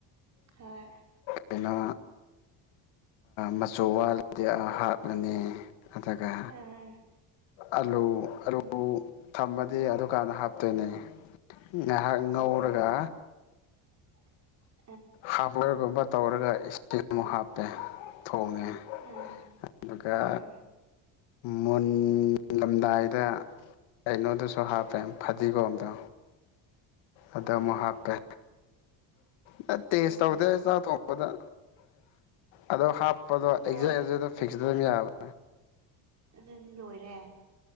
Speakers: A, on the right; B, on the left.
A: ꯍꯣꯏ
B: ꯂꯩꯅ ꯃꯆꯨ ꯋꯥꯜꯂꯗꯤ ꯍꯥꯞꯂꯅꯤ ꯑꯗꯨꯒ
A: ꯎꯝ
B: ꯑꯜꯂꯣ ꯑꯂꯣ
A: ꯎꯝ
B: ꯊꯝꯃꯗꯤ ꯑꯗꯨꯀꯥꯟꯗ ꯍꯥꯞꯇꯣꯏꯅꯤ ꯉꯥꯏꯍꯥꯛ
A: ꯑꯣ
B: ꯉꯧꯔꯒ
A: <unintelligible> <inaudible>
B: ꯍꯥꯞꯄꯒꯨꯝꯕ ꯇꯧꯔꯒ ꯏꯁꯤꯡ ꯑꯃꯨꯛ ꯍꯥꯞꯄꯦ ꯊꯣꯡꯉꯦ
A: ꯎꯝ
B: ꯑꯗꯨꯒ
A: ꯎꯝ
B: ꯃꯨꯟꯂꯝꯗꯥꯏꯗ ꯀꯩꯅꯣꯗꯨꯁꯨ ꯍꯥꯞꯄꯦ ꯐꯗꯤꯒꯣꯝꯗꯣ ꯑꯗ
A: ꯑꯣ
B: ꯑꯃꯨꯛ ꯍꯥꯞꯄꯦ ꯅ ꯇꯦꯁ
A: ꯎꯝ
B: ꯇꯧꯗꯦ ꯆꯊꯣꯛꯄꯗ ꯑꯗꯣ ꯍꯥ
A: ꯂꯣꯏ
B: ꯑꯦꯛꯖ ꯐꯤꯁꯕ
A: ꯑꯗꯨ ꯂꯣꯏꯔꯦ